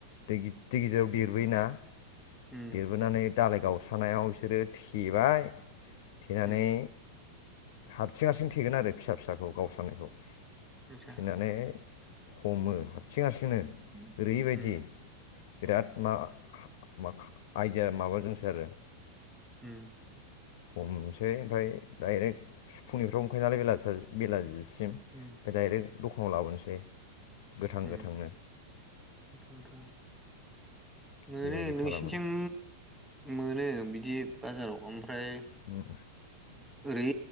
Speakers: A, on the left; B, in the centre.
A: दै गिदिर गिदिराव देरबोयोना
B: उम
A: देरबोनानै दालाय गावस्रानायाव बिसोरो थेबाय थेनानै
B: उम
A: हारसिं हारसिं थेगोन आरो फिसा फिसाखौ गावस्रानायखौ
B: आतसा
A: थेनानै हमो हारसिं हारसिंनो
B: उम
A: ओरैबायदि
B: उम
A: बिराद मा मा आयदिया माबा दंसोगारो
B: उम
A: हमसै ओमफ्राय डाइरेक्ट फुंनिफ्रायनो हमखायो नालाय बेला बेलाजिसिम ओमफ्राय
B: उम
A: डाइरेक्ट दखानाव लाबोनोसै गोथां
B: उम
A: गोथांनो
B: <inaudible> मोनो
A: बेबायदि
B: नोंसिनिथिं
A: खालामो
B: मोनो बिदि बाजाराव ओमफ्राय
A: उम
B: ओरै